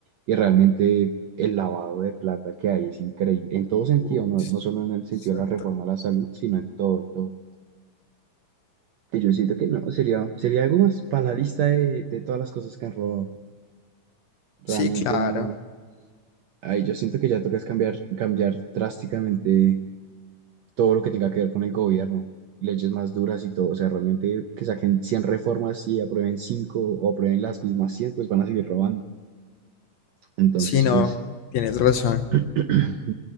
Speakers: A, on the right; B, on the left.
A: y realmente el lavado de plata que hay es increíble, en todo sentido,
B: Ups,
A: no, no solo en el sentido
B: exacto.
A: de la reforma a la salud, sino en todo, en todo. Y yo siento que no, sería, sería algo más para la lista de, de todas las cosas que han robado. Realmente
B: Sí, claro.
A: no. Ay, yo siento que ya tocas cambiar, cambiar drásticamente todo lo que tenga que ver con el gobierno, leyes más duras y todo, o sea, realmente que saquen 100 reformas y aprueben 5 o aprueben las mismas 100 pues van a seguir robando. Entonces,
B: Sí, no,
A: pues,
B: tienes razón.
A: <clears throat>